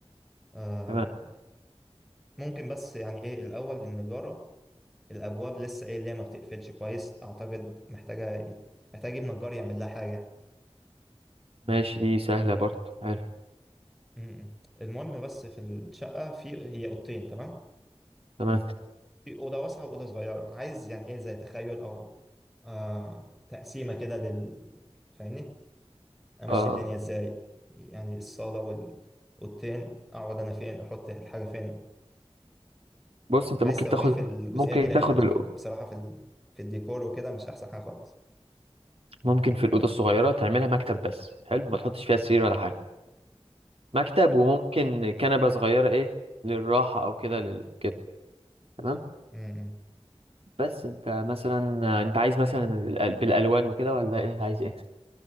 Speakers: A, in the centre; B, on the right.
A: آه
B: تمام
A: ممكن بس يعني ايه الأول النجارة الابواب لسه ايه اللي هي ما بتقفلش كويس اعتقد محتاجه يت... محتاج يجيب نجار يعمل لها حاجه يعني
B: ماشي دي سهلة برضه حلو
A: م-م. المهم بس في الشقه في هي اوضتين تمام
B: تمام
A: في اوضه واسعه واوضه صغيره عايز يعني ايه زي تخيل او آه... تقسيمه كده لل فاهمني امشي
B: اه
A: الدنيا ازاي يعني الصاله والاوضتين اقعد انا فين احط الحاجه فين
B: بص انت
A: عايز
B: ممكن
A: توجيه
B: تاخد
A: في الجزئيه
B: ممكن
A: دي لان
B: تاخد
A: انا
B: الأو-
A: في ال- بصراحه في ال... في الديكور وكده مش احسن حاجه خالص
B: ممكن في الأوضة الصغيرة تعملها مكتب بس حلو ما تحطش فيها سرير ولا حاجة مكتب وممكن كنبة صغيرة ايه للراحة او كده لل... كده تمام
A: م-م.
B: بس انت مثلا انت عايز مثلا الأل- بالالوان وكده ولا ايه عايز ايه